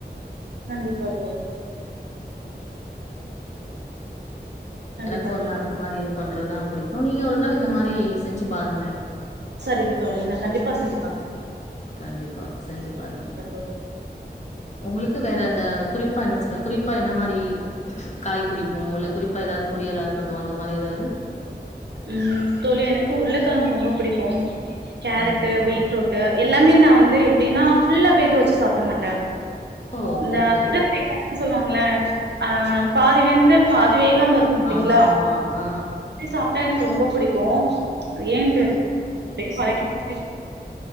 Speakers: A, on the right; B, on the left.
A: கண்டிப்பா தோழி கண்டிப்பா
B: எனக்குக்கு வந்து
A: தோழி
B: அந்த மாரி இது பண்றதுதா புடிக்கு நீங்க ஒரு தரவ இந்த மா ரி செஞ்சு பாருங்களே
A: சரிங்க தோழி நா கண்டிப்பா செஞ்சு பாக்ற
B: கண்டிப்பா செஞ்சு பாருங்க
A: தோழி
B: உங்களுக்கு வே ற அந்த குறிப்பா என்ன சொல குறிப்பா என்ன மாரி காய் புடிக்கு இல்ல குறிப்பா ஏதாவ்து பொறியலா இருக்கட்டு அந்த மாரி ஏதாவ்து
A: ம் தோழி எனக்கு உர்ளக்கெழங்கு ரொம்ப புடிக்கு கேரட்டு
B: ஆமா.
A: பீட்ரூட்டு
B: அ.
A: எல்லாமே நா வந்து எப்டின்னா ஃபுல்லா வேக வச்சு சாப்ட மாட்ட
B: ஓ!
A: இந்த
B: சரி, சரி.
A: <inaudible> சொல்லுவாங்கள ஆ பாதி வெந்து பா தி வேகாம இருக்கும் பாத்தீங்களா
B: ஆமாமா. ஆ.
A: சாப்ட்டா எனக்கு ரொம்ப புடிக்கு ஏன் தெர் அப்டே
B: சாரி.
A: பழகிர்ச்சி